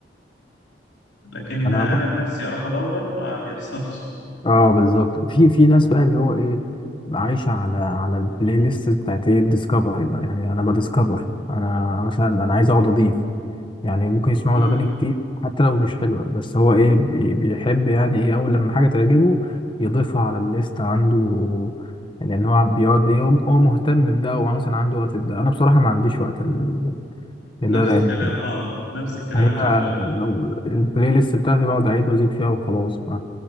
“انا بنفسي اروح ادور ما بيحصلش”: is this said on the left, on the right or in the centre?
Left